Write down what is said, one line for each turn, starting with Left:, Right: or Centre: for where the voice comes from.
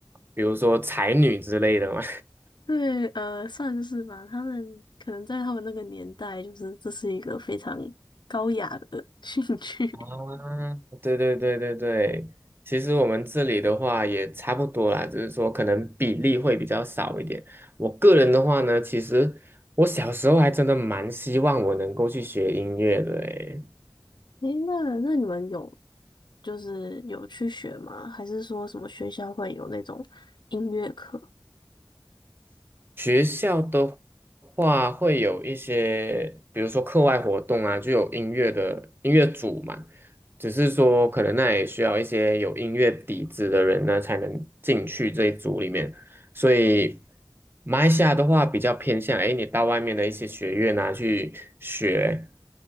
Right: 比如说才女之类的吗？
Left: <laughs> 对，呃，算是吧。他们可能在他们那个年代，就是这是一个非常高雅的 <laughs> 兴趣。
Right: 啊 <laughs>，对对对对对，其实我们这里的话也差不多啦，只是说可能比例会比较少一点。我个人的话呢，其实我小时候还真的蛮希望我能够去学音乐的诶。
Left: 诶，那那你们有就是有去学吗？还是说什么学校会有那种音乐课？
Right: 学校的话会有一些，比如说课外活动啊，就有音乐的音乐组嘛。只是说，可能那也需要一些有音乐底子的人呢，才能进去这一组里面。所以，马来西亚的话比较偏向，哎，你到外面的一些学院啊去学。